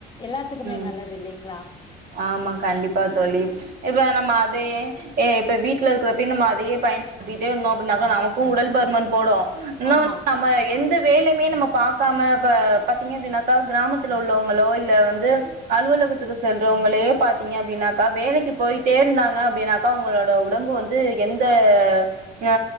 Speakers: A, on the left; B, on the right.
A: எல்லாத்துக்குமே
B: உம்
A: நல்லது இல்லைங்களா
B: ஆமா கண்டிப்பா தோழி இப்போ நம்ம அதயே இப்போ வீட்டில இருக்கிறப்பின் நம்ம அதையே பயன்படுத்திட்டே இருந்தோ அப்படின்னாக்கா நமக்கு உடல் பருமன் போடு இன்ன
A: ஆமா
B: நம்ம எந்த வேலைமே நம்ம பாக்காம பாத்தீங்க அப்படின்னாக்கா கிராமத்தில உள்ளவங்களோ இல்ல வந் வந்து அலுவலகத்துக்கு செல்றவங்களே பாத்தீங்க அப்படின்னாக்கா வேலைக்கு போயிட்டே இருந்தாங்க அப்படின்னாக்கா அவங்களோட உடம்பு வந்து எந்த அ